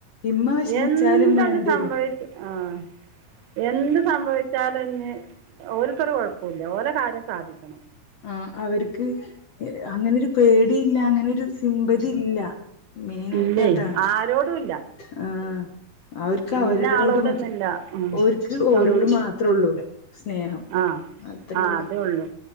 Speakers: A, on the left; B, on the right.
A: ഇമ്മ വിഷമിച്ചാലും
B: എന്താണ്
A: വേണ്ടില്ല
B: സംഭവിച്ചു ആഹ എന്ത് സംഭവിച്ചാലുംഞ് ഓക്കരു കൊഴപ്പമില്ല ഓലെ കാര്യം സാധിക്കണം
A: ആ അവര്ക്ക് അങ്ങനെരു പേടിയില്ല അങ്ങനെരു സിമ്പതി ഇല്ല മെയിനായിട്ട്
B: ഇല്ലേ
A: അതാണ്
B: ആരോടും ഇല്ല
A: ആ അവർക്ക്
B: പിന്ന
A: അവരോട്
B: ആളോടൊന്നുംില്ല
A: മാത്രം
B: ഉ
A: ഓര്ക്ക് ഓരോട്
B: സം
A: മാത്രേ ഉള്ളൂ സ്നേഹം
B: ആഹ
A: അത്രേ
B: ആ
A: ഉള്ളൂ
B: അത ഉള്ളു